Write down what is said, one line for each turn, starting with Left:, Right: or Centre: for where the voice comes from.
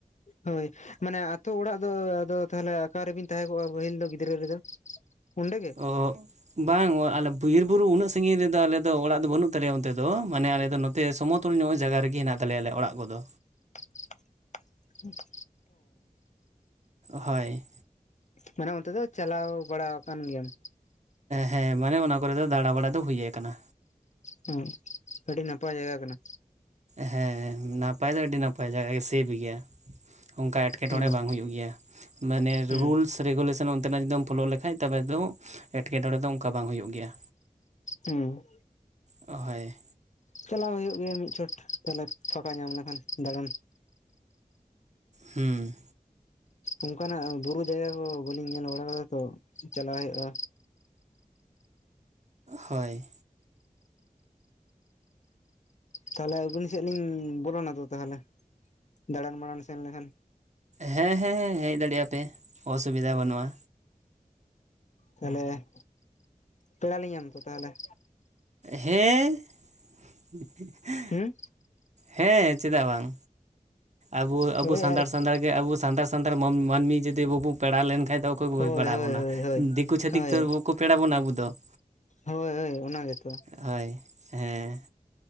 Left: ᱟᱜ <unintelligible> ᱦᱳᱭ ᱢᱟᱱᱮ ᱟᱛᱳ ᱚᱲᱟᱜ ᱫᱚ ᱟᱫᱚ ᱛᱟᱦᱚᱞᱮ ᱚᱠᱟᱨᱮᱵᱤᱱ ᱛᱟᱦᱮᱸ ᱠᱚᱜᱼᱟ ᱯᱟᱹᱦᱤᱞ ᱫᱚ ᱜᱤᱫᱽᱨᱟᱹ ᱨᱮᱫᱚ ᱚᱸᱰᱮ ᱜᱮ
Right: ᱚᱜ ᱵᱟᱝ ᱟᱞᱮ ᱵᱤᱨ ᱵᱩᱨᱩ ᱩᱱᱟᱹᱜ ᱥᱟᱺᱜᱤᱧ ᱨᱮᱫᱚ ᱟᱞᱮ ᱫᱚ ᱚᱲᱟᱜ ᱫᱚ ᱵᱟᱹᱱᱩᱜ ᱛᱟᱞᱮᱭᱟ ᱚᱱᱛᱮ ᱫᱚ ᱢᱟᱱᱮ ᱟᱞᱮ ᱫᱚ ᱱᱚ ᱼᱼ ᱛᱮ ᱥᱚᱢᱚᱛᱚᱞ ᱧᱚᱜᱼ ᱡᱟᱭᱜᱟ ᱨᱮᱜᱮ ᱦᱮᱱᱟᱜ ᱛᱟᱞᱮᱭᱟ ᱟᱞᱮ ᱚᱲᱟᱜ ᱠᱚᱫᱚ
Left: <inaudible>
Right: ᱦᱳᱭ
Left: ᱢᱟᱱᱮ ᱚᱱᱛᱮ ᱫᱚ ᱪᱟᱞᱟᱣ ᱵᱟᱲᱟ ᱟᱠᱟᱱ ᱜᱮᱭᱟᱢ
Right: ᱦᱮᱸ ᱢᱟᱱᱮ ᱚᱱᱟ ᱠᱚᱨᱮ ᱫᱚ ᱫᱟᱬᱟ ᱵᱟᱲᱟ ᱫᱚ ᱦᱩᱭ ᱠᱟᱱᱟ
Left: ᱦᱮᱸ ᱟᱹᱰᱤ ᱱᱟᱯᱟᱭ ᱡᱟᱭᱜᱟ ᱠᱟᱱᱟ
Right: ᱦᱮᱸ ᱱᱟᱯᱟᱭ ᱫᱚ ᱟᱹᱰᱤ ᱱᱟᱯᱟᱭ ᱡᱟᱭᱜᱟ ᱜᱮ ᱥᱮᱯᱷ ᱜᱮᱭᱟ ᱚᱱᱠᱟ ᱮᱴᱠᱮᱴᱚᱬᱮ
Left: ᱦᱩᱸ
Right: ᱵᱟᱝ ᱦᱩᱭᱩᱜ ᱜᱮᱭᱟ ᱢᱟᱱᱮ
Left: ᱦᱩᱸ
Right: ᱨᱩᱞᱥ ᱨᱮᱜᱩᱞᱮᱥᱚᱱ ᱚᱱᱛᱮᱱᱟᱜ ᱡᱩᱫᱤᱢ ᱯᱷᱳᱞᱳ ᱞᱮᱠᱷᱟᱡ ᱛᱚᱵᱮ ᱫᱚ ᱮᱸᱴᱠᱮᱴᱚᱬᱮ ᱫᱚ ᱚᱱᱠᱟ ᱵᱟᱝ ᱦᱩᱭᱩᱜ ᱜᱮᱭᱟ
Left: ᱦᱩᱸ
Right: ᱚ ᱦᱳᱭ
Left: ᱪᱟᱞᱟᱣ ᱦᱩᱭᱩᱜ ᱜᱮᱭᱟ ᱢᱤᱫ ᱪᱷᱚᱴ ᱵᱚᱞᱮ ᱯᱷᱟᱸᱠᱟ ᱧᱟᱢ ᱞᱮᱠᱷᱟᱱ ᱫᱟᱬᱟᱱ
Right: ᱦᱩᱸ
Left: ᱚᱱᱠᱟᱱᱟᱜ ᱵᱩᱨᱩ ᱡᱟᱭᱜᱟ ᱠᱚ ᱵᱟᱹᱞᱤᱧ ᱧᱮᱞ ᱵᱟᱲᱟ ᱟᱠᱟᱫᱟ ᱛᱚ ᱪᱟᱞᱟᱜ ᱦᱩᱭᱩᱜᱼᱟ
Right: ᱦᱳᱭ
Left: ᱛᱟᱦᱚᱞᱮ ᱟᱹᱵᱤᱱ ᱥᱮᱫ ᱞᱤᱧ ᱵᱚᱞᱚᱱᱟ ᱛᱚ ᱛᱟᱦᱚᱞᱮ ᱫᱟᱬᱟᱱ ᱢᱟᱲᱟᱱ ᱥᱮᱱ ᱞᱮᱱᱠᱷᱟᱱ
Right: ᱦᱮᱸ ᱦᱮᱸ ᱦᱮᱸ ᱦᱮᱡ ᱫᱟᱲᱮᱭᱟᱜᱼᱟ ᱯᱮ ᱚᱥᱩᱵᱤᱫᱟ ᱵᱟᱹᱱᱩᱜᱼᱟ
Left: ᱛᱟᱦᱚᱞᱮ ᱯᱮᱲᱟᱞᱤᱧ ᱧᱟᱢ ᱛᱚ ᱛᱟᱦᱚᱞᱮ
Right: ᱦᱮᱸ <inaudible>
Left: ᱦᱩᱸ
Right: ᱦᱮᱸ ᱪᱮᱫᱟᱜ ᱵᱟᱝ ᱟᱵᱚ ᱟᱵᱚ
Left: ᱦᱳᱭ
Right: ᱥᱟᱱᱛᱟᱲ
Left: ᱟᱨᱠᱤ
Right: ᱥᱟᱱᱛᱟᱲ ᱜᱮ ᱟᱵᱚ ᱥᱟᱱᱛᱟᱲ ᱥᱟᱱᱛᱟᱲ ᱢᱟᱹᱱ, ᱢᱟᱹᱱᱢᱤ ᱡᱩᱫᱤ ᱵᱟᱵᱚ ᱯᱮᱲᱟ ᱞᱮᱱᱠᱷᱟᱡ ᱫᱚ ᱚᱠᱚᱭ ᱠᱚᱠᱚ
Left: ᱦᱳᱭ
Right: ᱯᱮᱲᱟ
Left: ᱦᱳᱭ
Right: ᱵᱚᱱᱟ,
Left: ᱦᱳᱭ ᱦᱳᱭ
Right: ᱫᱤᱠᱩ ᱪᱷᱟᱹᱛᱤᱠ
Left: ᱦᱳᱭ
Right: ᱛᱚ ᱵᱟᱠᱚ ᱯᱮᱲᱟ ᱵᱚᱱᱟ ᱟᱵᱚ ᱫᱚ ᱾
Left: ᱦᱳᱭ ᱦᱳᱭ ᱚᱱᱟ ᱜᱮᱛᱚ
Right: ᱦᱚᱭ ᱦᱮᱸ